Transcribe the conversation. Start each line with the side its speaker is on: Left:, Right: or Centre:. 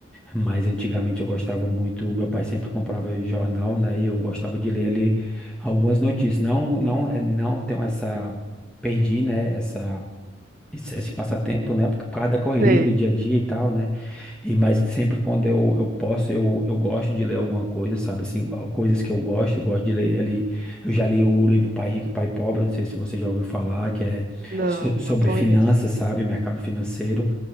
Centre: Mas antigamente eu gostava muito, meu pai sempre comprava jornal, né? E eu gostava de ler ali algumas notícias. Não, não, eh, não tenho essa, perdi, né? Essa esse, esse passatempo, né? Porque por causa da correria
Right: Sei.
Centre: do dia a dia e tal, né? E mas sempre quando eu, eu posso, eu, eu gosto de ler alguma coisa, sabe? Assim, coisas que eu gosto, eu gosto de ler ali. Eu já li o livro Pai Rico e Pai Pobre, não sei se você já ouviu falar, que é
Right: Não,
Centre: so- sobre
Right: não conheço.
Centre: finanças, sabe? Mercado financeiro.